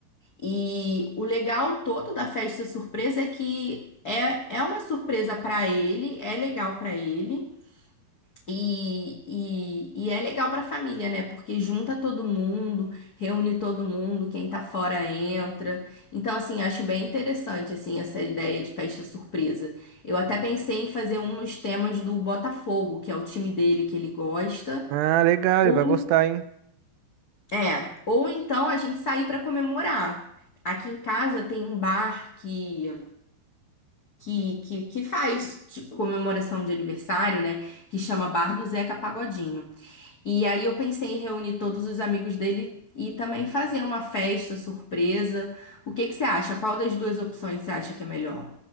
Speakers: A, on the left; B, on the right.
A: E o legal todo da festa surpresa é que é, é uma surpresa pra ele, é legal pra ele. E, e, e é legal para a família, né? Porque junta todo mundo, reúne todo mundo, quem tá fora entra. Então, assim, acho bem interessante, assim, essa ideia de festa surpresa. Eu até pensei em fazer um nos temas do Botafogo, que é o time dele que ele gosta.
B: Ah, legal,
A: Ou,
B: ele vai gostar, hein?
A: é, ou então a gente sair para comemorar. Aqui em casa tem um bar que que, que, que faz tipo, comemoração de aniversário, né? Que chama Bar do Zeca Pagodinho. E aí eu pensei em reunir todos os amigos dele e também fazer uma festa surpresa. O que que você acha? Qual das duas opções você acha que é melhor?